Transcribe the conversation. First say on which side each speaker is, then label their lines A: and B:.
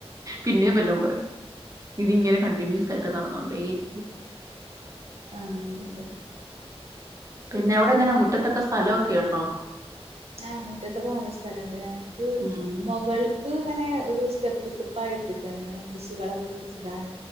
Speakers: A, on the right (about 30°); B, on the right (about 70°).
A: പിന്നേം ബല്ലോം പറയും ഇതി ഇങ്ങനെ കണ്ടിന്യൂസ് ആയിട്ട് നടന്നോണ്ടേ ഇരി ക്യും
B: ആ അതെന്നെ
A: പിന്നെ അവിടെങ്ങന മുറ്റത്തൊക്കെ സ്ഥലവൊക്കെ ഒണ്ടോ
B: ആഹ് മുറ്റത്തൊക്കെ നല്ല സ്ഥലൊണ്ട് ഞങ്ങക്ക്
A: ഉം
B: മുകൾക്ക് ഇത് ഇങ്ങനെ ഒരു സ്റ്റെപ്പ് സ്റ്റെപ്പായിട്ടാക്കാണ് ഇങ്ങനെ കൃഷികളൊക്കെ കുഴിച്ചിടാൻ